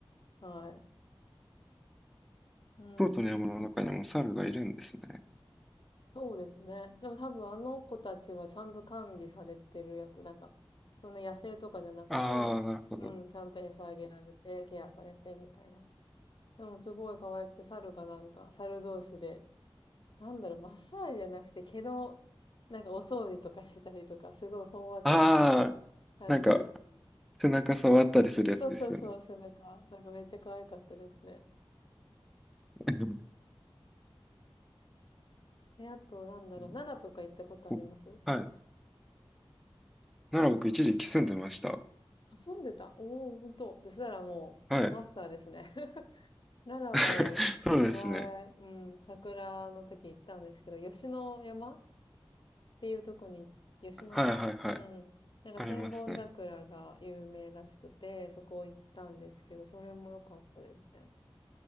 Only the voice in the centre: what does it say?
京都の山の中にも猿がいるんですね。
ああ、なるほど。
ああ、
なんか、背中触ったりするやつですよね。
<laughs>
うん
おはい。なら僕一時期住んでました。
はい。
<laughs> そうですね。
はいはいはい。
ありますね。